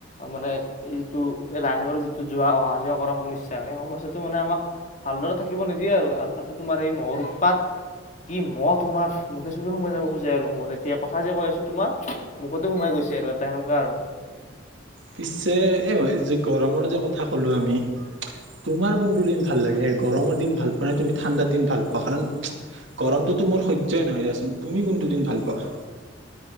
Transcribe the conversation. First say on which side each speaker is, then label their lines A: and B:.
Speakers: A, on the left; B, on the right.
A: মানে এইটো এই লাইনৰ যিটো যোৱা, অহা যোৱা কৰা সমস্যা, এই সমস্যাটো মানে আমাক ভালদৰে থাকিব নিদিয়ে আৰু, আৰু তাতে তোমাৰ এই মহৰ উৎপাত। কি মহ তোমাৰ মুখে চোখে সোমাই যাব খোজে আৰু মোৰ এতিয়া কথা যে কৈ আছো তোমাৰ মুখতে সোমাই গৈ ছে আৰু এটা সেনেকুৱা আৰু।
B: পিছে এই যে গৰমৰ যে কথা ক'লো আমি। তোমাৰ কোনটো দিন ভাল লাগে সে গৰমৰ দিন ভাল পোৱানে তুমি ঠাণ্ডা দিন ভাল পোৱা কাৰণ গৰমটোতো মোৰ সহ্যয়ই নহয় দিয়াচোন। তুমি কোনটো দিন ভাল পোৱা?